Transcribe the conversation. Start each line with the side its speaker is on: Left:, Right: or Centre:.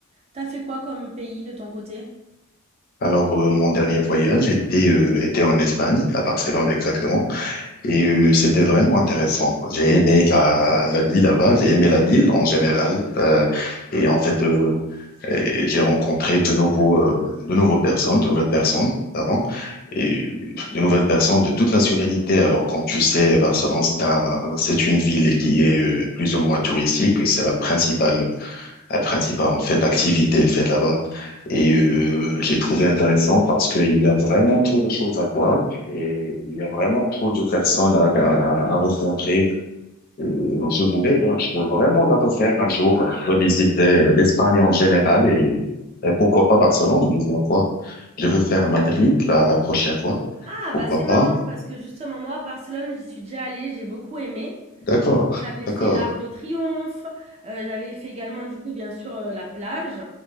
Right: T'as fait quoi comme pays de ton côté?
Left: Alors, euh, mon dernier voyage était, euh, était en Espagne, à Barcelone exactement, et euh, c'était vraiment intéressant. J'ai aimé la, la vie là-bas, j'ai aimé la ville en général, euh, et en fait, euh, Et j'ai rencontré de nouveaux, euh, de nouveaux personnes, de nouvelles personnes, pardon, et de nouvelles personnes de toutes nationalités. Alors, comme tu sais, Barcelone, c'est un- c'est une ville qui est euh, plus ou moins touristique. et C'est la principale, la principale, en fait, activité faite là-bas. Et euh, j'ai trouvé intéressant parce qu'il y a vraiment trop de choses à voir et il y a vraiment trop de personnes à, à, à rencontrer, euh, je voulais, voir- je veux vraiment la refaire un jour, revisiter l'Espagne en général et, et pourquoi pas Barcelone une deuxième fois. Je veux faire Madrid la, la prochaine fois.
Right: Ah,
Left: Pourquoi
Right: bah c'est marrant
Left: pas?
Right: parce que justement, moi, Barcelone, j'y suis déjà allée, j'ai beaucoup aimé.
Left: D'accord,
Right: Donc, j'avais
Left: d'accord,
Right: fait l'Arc de Triomphe, euh, j'avais fait également, du coup, bien sûr, euh, la plage,